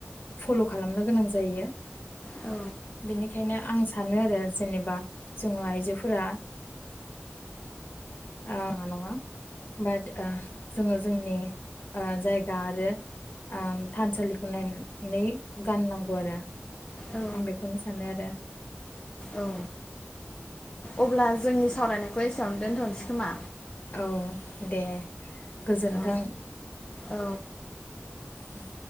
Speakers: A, on the left; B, on the left.
A: फल' खालामनो गोनां जायो।
B: औ
A: <inaudible> बेनिखायनो। आं सानो आरो जेनेबा जोङो आइजोफोरा ओ नङा बाट ओ जोङो जोंनि जाय दा आरो ओम थानसालिखौ नायनानै गाननांगौ आरो।
B: औ
A: आं बेखौनो सानो आरो।
B: औ अब्ला जोंनि सावरायनायखौ एसेयावनो दोनथनोसै खोमा।
A: औ दे गोजोन्थों।
B: औ औ
A: उम।